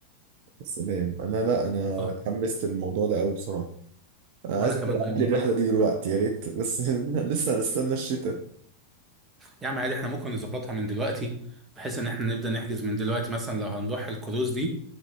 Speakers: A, on the right; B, on the right.
A: يا سلام أنا لا أنا
B: اه
A: اتحمست الموضوع ده قوي بصراحة أنا
B: وانا
A: عايزك
B: كمان
A: تبعت
B: بقى مين
A: لي الرحلة دي دلوقتي يا ريت بس <laughs> لسه هنستنى الشتاء
B: يا عم عادي احنا ممكن نظبطها من دلوقتي بحيث ان احنا نبدأ نحجز من دلوقتي مثلا لو هنروح الكروز دي